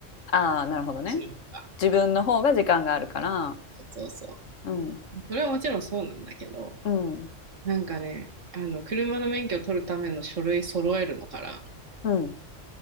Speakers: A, on the left; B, on the right.
A: ああ、なるほどね。
B: 私の方が。
A: 自分の方が時間があるから、
B: そうそ
A: うん、
B: う。それはもちろんそうなんだけど、
A: うん、
B: なんかね、あの、車の免許を取るための書類揃えるのから、
A: うん、